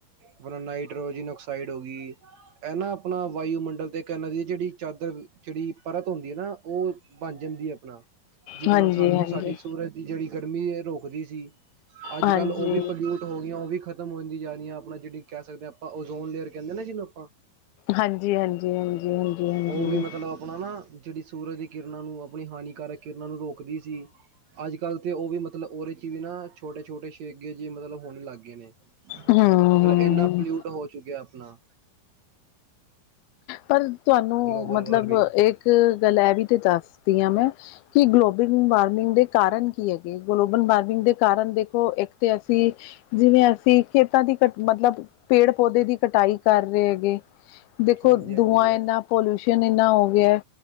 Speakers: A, on the right; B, on the left.
A: ਆਪਣਾ ਨਾਈਟ੍ਰੋਜਨ ਆਕਸਾਈਡ ਹੋ ਗਈ, ਇਹ ਨਾ ਆਪਣਾ ਵਾਯੂਮਡਲ ਤੇ ਇਹਨਾਂ ਦੀ ਜਿਹੜੀ ਚਾਦਰ ਜਿਹੜੀ ਪਰਤ ਹੁੰਦੀ ਐ ਨਾ ਉਹ ਬਣ ਜਾਂਦੀ ਹੈ ਆਪਣਾ- ਜਿਹਦੇ
B: ਹਾਂਜੀ
A: ਨਾਲ ਸਾਨੂੰ
B: ਹਾਂਜੀ
A: ਨਾ- ਸਾਡੀ ਸੂਰਜ ਦੀ ਜਿਹੜੀ- ਗਰਮੀ ਇਹ ਰੋਕਦੀ ਸੀ- ਅੱਜ
B: ਹਾਂਜੀ
A: ਕੱਲ ਉਹ ਵੀ ਪੋਲਿਊਟ ਹੋ ਗਈਆਂ, ਉਹ ਵੀ ਖ- ਖਤਮ ਹੋਦੀਆ ਜਾ ਰਹੀਆਂ ਆਪਣਾ ਜਿਹੜੀ ਕਹਿ ਸਕਦੇ ਆ ਆਪਾਂ ਓਜ਼ੋਨੇਅਰ ਕਹਿੰਦੇ ਨਾ ਜਿਹਨੂੰ ਆਪਾਂ-
B: ਹਾਂਜੀ ਹਾਂਜੀ ਹਾਂਜੀ ਹਾਂਜੀ ਹਾਂਜੀ
A: ਉਹ ਵੀ ਮਤਲਬ ਆਪਣਾ ਨਾ ਜਿਹੜੀ ਸੂਰਜ ਦੀ ਕਿਰਨ- ਕਿਰਨਾਂ ਨੂੰ ਆਪਣੀ ਹਾਨੀਕਾਰਕ ਕਿਰਨਾਂ ਨੂੰ ਰੋਕਦੀ ਸੀ। ਅੱਜ ਕੱਲ੍ਹ ਤੇ ਉਹ ਵੀ ਮਤਲਬ ਉਹਦੇ 'ਚ ਵੀ ਨਾ ਛੋਟੇ- ਛੋਟੇ ਛੇਗੇ ਜੇ ਮਤਲਬ ਹੋਣ ਲੱਗ ਗਏ ਨੇ।
B: ਹਮ
A: ਮਤਲਬ
B: ਹਮ
A: ਇੰਨਾ ਪਲਿਊਟ ਹੋ ਚੁੱਕਿਆ। ਆਪਣਾ-
B: ਪਰ ਤੁਹਾਨੂੰ
A: ਗਲੋਬਲ
B: ਮਤਲਬ
A: ਵਾਰਮਿੰਗ
B: ਇੱਕ ਗੱਲ ਇਹ ਵੀ ਤੇ ਦੱਸਦੀ ਹਾਂ ਮੈਂ- ਕਿ ਗਲੋਬਲ ਵਾਰਮਿੰਗ ਦੇ ਕਾਰਨ- ਕੀ ਹੈਗੇ ਗਲੋਬਲ ਵਾਰਮਿੰਗ ਦੇ- ਕਾਰਨ ਦੇਖੋ ਇੱਕ ਤੇ ਅਸੀਂ ਜਿਵੇਂ ਅਸੀਂ- ਖੇਤਾਂ ਦੀ ਕ ਮਤਲਬ ਪੇੜ-ਪੌਦੇ ਦੀ ਕਟਾਈ ਕਰ ਰਹੇ ਹੈਗੇ- <inaudible>
A: ਹਾਂਜੀ
B: ਦੂੰਆਂ
A: ਹਾਂਜੀ।
B: ਇੰਨਾ ਪੋਲਿ--ਊਸ਼ਨ ਇੰਨਾ ਹੋ ਗਿਆ